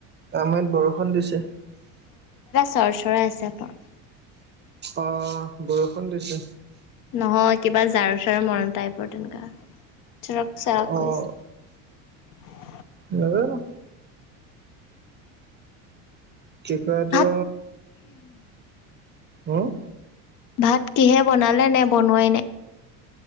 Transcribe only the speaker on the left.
চৰ্চৰাই আছে একদম।
নহয় কিবা ঝাৰু চাৰু মৰান টাইপৰ তেনেকা। চোৰক, চাৰাক
কৰিছে।
ভাত
ভাত কিহে বনালে নে বনোৱাই নাই।